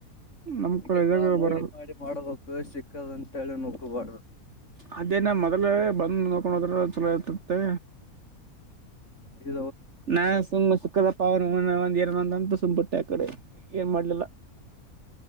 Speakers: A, on the right; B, on the left.
A: ನಮ್
B: ಇದಕ್ಕೆಪ್ಪಾ
A: ಕಾಲೇಜ್ದಾಗ
B: ನೋಡಿ
A: ಬರಲ್ಲ
B: ಮಾಡಿ ಮಾಡಬೇಕು ಸಿಕ್ಕದ ಅಂತೇಳಿ ನಗ್ಗಬಾರು
A: ಅದೇನ ಮೊದಲೇ ಬಂದು ನೋಕೊಂಡು ಹೋದ್ರ ಚಲೋ ಇತತ್ತೆ
B: ಇ
A: ನಾ ಸುಮ್ ಶುಕ್ರ ಪಾವನ ಒ ಒಂದ್ ಎರಡು ಒಂದ ಅಂತ ಸುಮ್ ಬಿುಟ್ಟೆ ಆ ಕಡೆ ಏನ್ ಮಾಡ್ಲಿಲ್ಲ